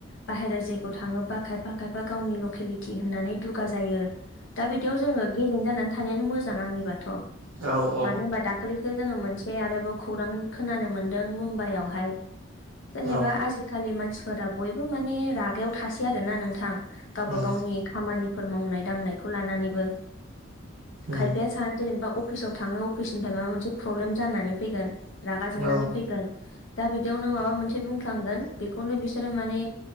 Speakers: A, on the left; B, on the right.
A: बाहेरा जायगायाव थाङोबा खायफा खायफा गावनि लकेलिटि होननानै दुगा जायो दा बिदियाव जोङो गेजेन जानानै थानायानो मोजां आंनिबाथ'
B: औ औ
A: मानो होनबा दा खालिसो जोङो मोनसे आरोबाव खौरां खोनानो मोनदों मुम्बाइआवहाय जेनेबा
B: औ
A: आजिखालि मानसिफोरा बयबो माने रागायाव थासै आरो ना नोंथां गाबा
B: उम
A: गावनि खामानिफोर मावनाय दांनायखौ लानानैबो
B: उम
A: खायफाया सा जेनेबा अफिसाव थाङो अफिसनिफ्राय माबा मोनसे प्रब्लेम जानानै फैगोन रागा जोंनानै
B: औ
A: फैगोन दा बिदियाव नों माबा मोनसे बुंफ्लांगोन बेखौनो बिसोरो माने